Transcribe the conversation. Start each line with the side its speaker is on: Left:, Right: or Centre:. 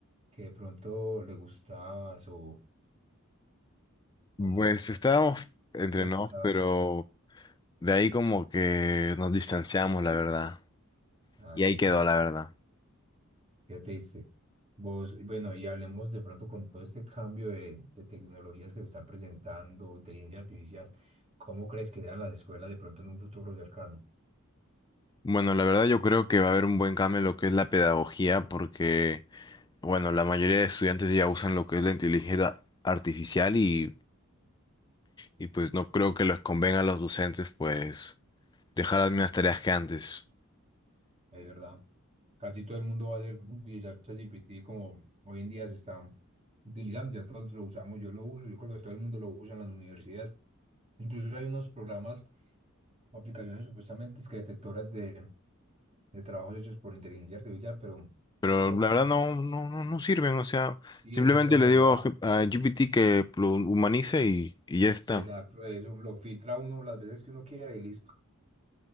Right: que de pronto le gustabas o, o no,
Left: Pues estábamos entre
Right: que te gustaba,
Left: nos, pero
Right: perdón.
Left: de ahí como que nos distanciamos, la verdad.
Right: Ah,
Left: Y ahí
Right: qué
Left: quedó,
Right: triste,
Left: la verdad.
Right: qué triste. Vos, y bueno, y hablemos de pronto con todo este cambio de, de tecnologías que se está presentando, inteligencia artificial, ¿cómo crees que sean las escuelas de pronto en un futuro cercano?
Left: Bueno, la verdad yo creo que va a haber un buen cambio en lo que es la pedagogía, porque, bueno, la mayoría de estudiantes ya usan lo que es la inteligencia artificial y, y pues no creo que les convenga a los docentes, pues, dejar las mismas tareas que antes.
Right: Es verdad, casi todo el mundo va a hacer- utilizar ChatGPT como hoy en día se está utilizando, ya todos lo usamos, yo lo uso, yo creo que todo el mundo lo usa en las universidades Incluso hay unos programas o aplicaciones supuestamente es que detectoras de, de trabajos hechos por inteligencia artificial, pero
Left: Pero
Right: yo creo
Left: la
Right: que
Left: verdad no, no, no, no sirven, o sea,
Right: y
Left: simplemente
Right: eso se puede burlar.
Left: le digo a GPT que lo humanice y, y ya está.
Right: Exacto, de eso lo filtra uno las veces que uno quiera y listo.